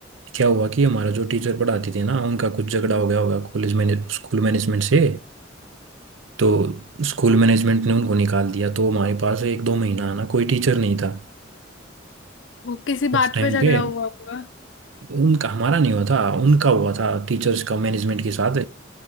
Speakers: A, on the right; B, on the left.
A: क्या हुआ कि हमारा जो टीचर पढ़ाती थी ना उनका कुछ झगड़ा हो गया होगा कॉलेज मैने स्कूल मैनेजमेंट से तो स्कूल मैनेजमेंट ने उनको निकाल दिया तो हमारे पास एक दो महीना ना कोई टीचर नहीं था
B: वो किसी
A: उस
B: बात
A: टाइम
B: पे झगड़ा
A: पे
B: हुआ होगा
A: उनका हमारा नहीं हुआ था उनका हुआ था टीचर्स का मैनेजमेंट के साथ